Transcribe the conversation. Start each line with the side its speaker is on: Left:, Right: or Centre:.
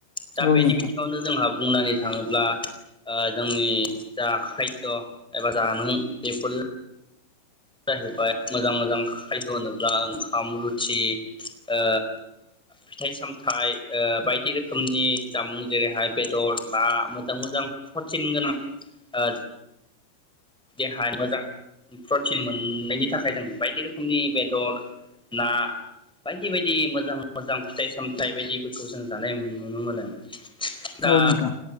Centre: दा
Left: औ
Centre: बेनि
Left: नोंथां
Centre: बिथिङावनो जोंहा बुंनानै थाङोब्ला ओ जोंनि जा खा द' एबा जामुं बे फुल जाहैबाय मोजां मोजां खायद' होनोब्ला ओं खाम, रुथि, ओ फिथाइ-सामथाइ ओ बायदि रोखोम खोमनि जामुं जेरैहाय बे दर ना मोजां-मोजां प्रतिन गोनां ओ देहा मोजां प्रटिन मोननायनि थाखाय जों बायदि रोखोमनि बेदर ना बायदि बायदि मोजां मोजां फिथाइ सामथाइ बायदिफोरखौ जों जानाय नुनो मोनो। दा
Left: औ नोंथां